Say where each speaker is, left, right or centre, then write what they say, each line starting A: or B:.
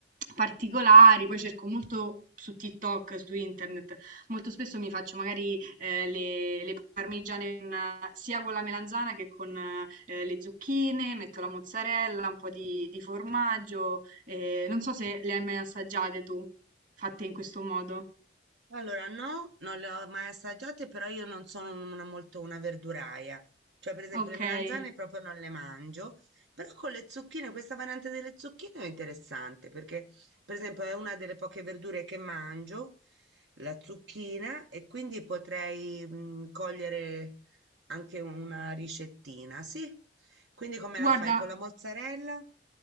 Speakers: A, on the right (about 45°); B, on the right (about 75°).
A: particolari, poi cerco molto su TikTok, su internet, Molto spesso mi faccio magari, ehm, le le parmigiane con sia con la melanzana che con, ehm, le zucchine, metto la mozzarella, un po' di di formaggio, ehm, non so se le hai mai assaggiate tu, fatte in questo modo.
B: Allora, no, non le ho mai assaggiate, però io non sono una, molto una verduraia. Cioè, per esempio,
A: Okay.
B: le melanzane proprio non le mangio, però con le zucchine, questa variante delle zucchine è interessante perché, per esempio, è una delle poche verdure che mangio, la zucchina, e quindi potrei mm, cogliere anche una ricettina, sì? Quindi come
A: Guarda
B: la fai? Con la mozzarella?